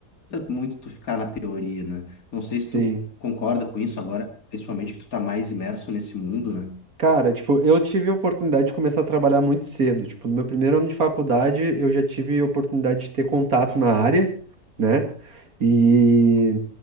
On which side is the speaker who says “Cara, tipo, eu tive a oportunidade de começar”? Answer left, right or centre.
Right